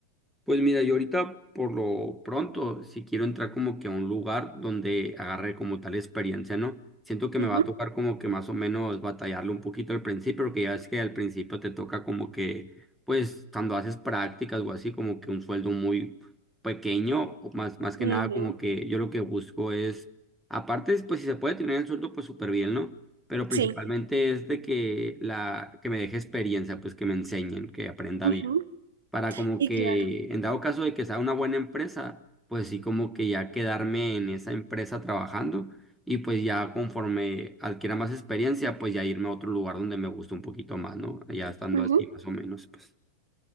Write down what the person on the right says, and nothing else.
Ujú,
ujú,
sí,
ujú,
y
claro.
ujú,